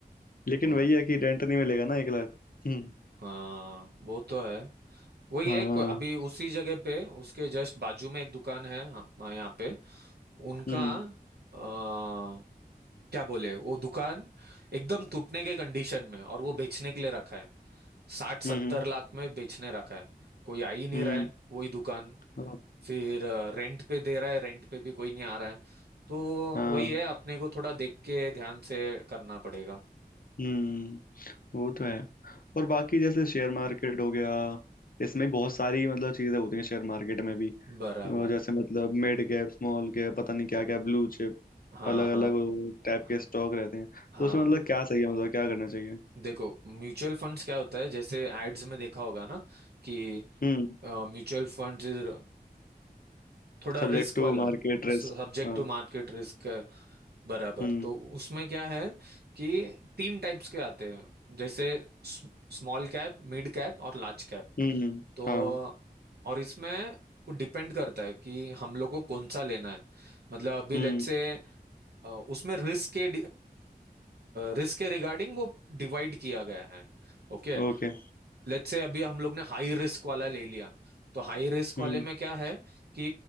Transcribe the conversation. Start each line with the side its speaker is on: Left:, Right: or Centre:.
Left: लेकिन
Right: वो
Left: वही है कि रेंट नहीं मिलेगा ना एक लाख हम्म
Right: हाँ वो तो है वही
Left: हाँ
Right: है को- अभी उसी जगह पे उसके जस्ट बाजू में एक दुकान है हम हाँ, यहाँ पे उनका
Left: हम्म
Right: आ, क्या बोले वो दुकान एकदम टूटने के कंडीशन में और वो बेचने के लिए रखा है साठ सत्तर
Left: हम्म
Right: लाख में बेचने रखा है कोई आ ही नहीं
Left: हम्म
Right: रहा है वही दुकान
Left: हाँ
Right: फिर अ, रेंट पे दे रहा है रेंट पे भी कोई नहीं आ रहा है तो
Left: हाँ
Right: वही है अपने को थोड़ा देख के ध्यान से करना पड़ेगा
Left: हम्म वो तो है और बाकी जैसे शेयर मार्केट हो गया इसमें बहुत सारी मतलब चीजें होती हैं शेयर मार्केट में भी
Right: बराबर
Left: और जैसे मतलब मिड कैप स्मॉल कैप पता नहीं क्या क्या ब्लू चिप
Right: हाँ
Left: अलग
Right: हाँ
Left: अलग टाइप
Right: हाँ
Left: के स्टॉक रहते हैं
Right: हाँ
Left: तो उसमें मतलब क्या सही है मतलब क्या करना चाहिए
Right: देखो म्यूचुअल फंड्स क्या होता है जैसे एड्स में देखा होगा ना कि
Left: हम्म
Right: म्यूचुअल फंड्स इज थोड़ा
Left: Subject
Right: रिस्क
Left: to
Right: वाला
Left: market risk
Right: सब्जेक्ट
Left: हाँ
Right: टू मार्केट रिस्क बराबर
Left: हम्म
Right: तो उसमें क्या है कि तीन टाइप्स के आते हैं जैसे स्मॉल कैप मिड कैप और लार्ज कैप
Left: हम्म
Right: तो
Left: हाँ
Right: और इसमें वो डिपेंड करता है कि हम लोग को कौन सा लेना है मतलब अभी
Left: हम्म
Right: लेट्स से उसमें रिस्क के रिस्क के रिगार्डिंग वो डिवाइड किया गया है ओके
Left: ओके
Right: लेट्स से अभी हम लोग ने हाई रिस्क वाला ले लिया तो हाई रिस्क वाले
Left: हम्म
Right: में क्या है कि